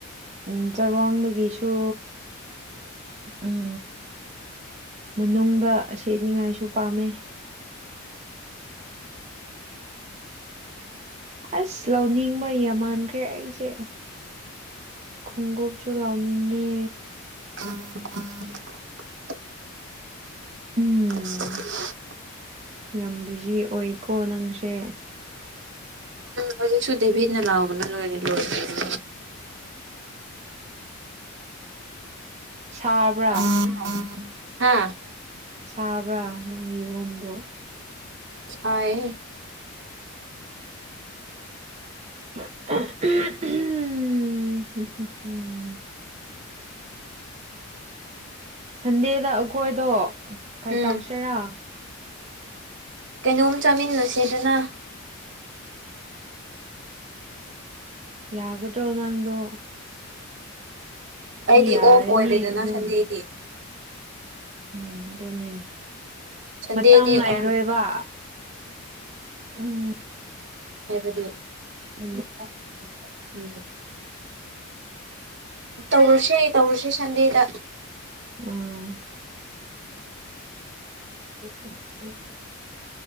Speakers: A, on the right; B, on the right.
A: ꯎꯝ ꯆꯔꯣꯡꯗꯒꯤꯁꯨ꯫ ꯎꯝ ꯃꯅꯨꯡꯗ ꯁꯦꯠꯅꯤꯉꯥꯏꯁꯨ ꯄꯥꯝꯃꯦ꯫ ꯑꯁ ꯂꯧꯅꯤꯡꯕ ꯌꯥꯝꯃꯥꯟꯈ꯭ꯔꯦ ꯑꯩꯁꯦ꯫ ꯈꯣꯡꯎꯞꯁꯨ ꯂꯥꯎꯅꯤꯡꯉꯦ꯫
B: <unintelligible>
A: ꯎꯝ
B: <unintelligible>
A: ꯌꯥꯝ ꯕꯤꯖꯤ ꯑꯣꯏꯀꯣ ꯅꯪꯁꯦ꯫
B: ꯍꯧꯖꯤꯛꯁꯨ ꯗꯦꯚꯠꯅ ꯂꯥꯎꯕꯅ ꯂꯣꯏꯔꯦ ꯂꯣꯏꯔꯦꯗꯣ꯫
A: ꯁꯥꯕ꯭ꯔꯥ
B: <unintelligible> ꯍꯥ
A: ꯁꯥꯕ꯭ꯔꯥ ꯅꯪ ꯌꯣꯝꯗꯣ꯫
B: ꯁꯥꯏꯍꯦ꯫
A: <unintelligible> ꯁꯟꯗꯦꯗ ꯑꯩꯈꯣꯏꯗꯣ ꯀꯩꯏ
B: ꯎꯝ
A: ꯇꯧꯁꯦꯔꯥ꯫
B: ꯀꯩꯅꯣꯝ ꯆꯥꯃꯤꯟꯅꯁꯤꯗꯅ꯫
A: ꯌꯥꯒꯗ꯭ꯔꯣ ꯅꯪꯗꯨ꯫
B: ꯑꯩꯗꯤ
A: ꯌꯥꯔꯅꯤ
B: ꯑꯣꯐ ꯑꯣꯏꯔꯦꯗꯅ
A: ꯑꯗꯨꯝ
B: ꯁꯟꯗꯦꯗꯤ꯫
A: ꯎꯝ ꯑꯗꯨꯅꯦ
B: ꯁꯟꯗꯦꯗꯤ
A: ꯃꯇꯝ ꯂꯥꯏꯔꯣꯏꯕ꯫
B: ꯑꯝ
A: ꯎꯝ꯫
B: ꯍꯥꯏꯕꯗꯤ꯫
A: ꯎꯝ <unintelligible>
B: ꯎꯝ꯫ ꯇꯧꯔꯁꯤ ꯇꯧꯔꯁꯤ ꯁꯟꯗꯦꯗ꯫
A: ꯑꯥ꯫ <unintelligible> ꯑꯦ